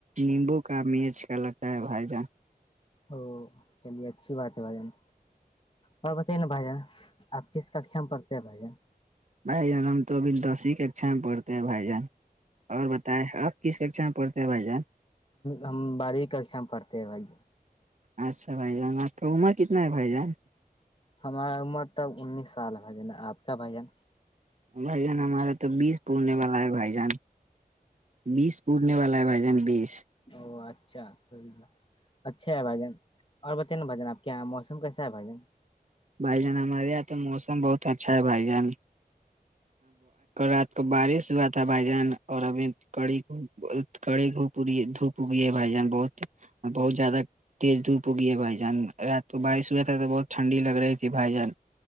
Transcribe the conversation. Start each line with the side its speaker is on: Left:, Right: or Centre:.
Right: نیمبو کا مرچ کا لگتا ہے بھائی جان
Left: ا چلیے اچھی بات ہے بھائی جان
Right: جان
Left: اور بتائیے نا بھ جان آپ کس ککھا میں پڑتے ہیں بھائی جان
Right: بھائی جان ہم تو ابھی دس ہی اچھا میں پڑھتے ہیں بائی جان اور بتائیں آپ کس ککشا میں پڑتے ہیں بھائی جان
Left: ہم باری ککشا میں پڑتے بھائی
Right: اچھا بھائی جان آپ کا عمر کتنا ہے بھائی جان
Left: ہمارا عمر تب انیس سال بھ جنا آپ کا بھجن
Right: بھائی جان ہمارا تو بیس پورنے والا ہے بھائی جان بیس پورنے والا ہے بھائی جان بیس
Left: او اچھا س کا اچھا ہے بھائی جان اور بت نا بھائین آپ کے یہاں موسم کیسا ہے بھائی جان
Right: بھائی جان ہمارے یہاں تو موسم بہت اچھا ہے بھائی جاناں رات تو بارش ہوا تھا بھائی جان اور ابھی کڑی کڑی گھوپ پی دھوپ پگے بھائی جان بہت بہت زیادہ تیز دھوپ ہو گ ہے بھائی جان رات کو بارش ہوا تھا تو بہت ٹھنڈی لگ رہی تھی بھائی جان